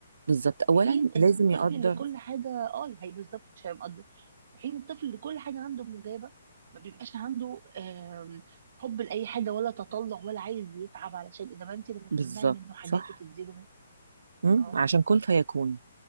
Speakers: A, on the right (about 75°); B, on the right (about 50°).
A: بالظبط
B: في
A: أولا
B: حين ان
A: لازم
B: الطفل
A: يقدر
B: اللي كل حاجه اه هي بالظبط مش هيبقى في حين الطفل اللي كل حاجه عنده مجابه ما بيبقاش عنده آم، حب لاي حاجه ولا تطلع ولا عايز يتعب علشان انما انت لما تمنعي
A: بالظبط
B: منه حاجات
A: صح
B: وتديله من...
A: أم؟
B: اه
A: عشان كن فيكون